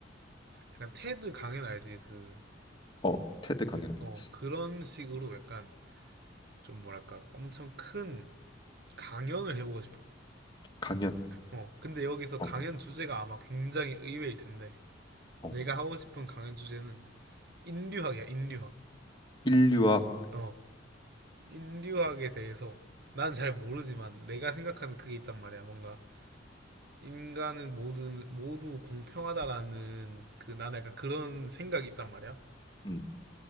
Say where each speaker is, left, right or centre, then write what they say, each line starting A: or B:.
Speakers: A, on the right; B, on the left.
A: 약간 테드 강연 알지? 그,
B: 어, 테드 강연하겠지.
A: 그, 어, 그런 식으로 약간, 좀 뭐랄까, 엄청 큰 강연을 해보고 싶어.
B: 강연.
A: 어, 근데 여기서 강연
B: 어,
A: 주제가 아마 굉장히 의외일 텐데,
B: 어,
A: 내가 하고 싶은 강연 주제는 인류학이야, 인류학.
B: 인류학.
A: 어. 인류학에 대해서 난 잘 모르지만 내가 생각하는 그게 있단 말이야. 뭔가 인간은 모두 모두 공평하다라는 그 나는 약간 그런 생각이 있단 말이야.
B: 음,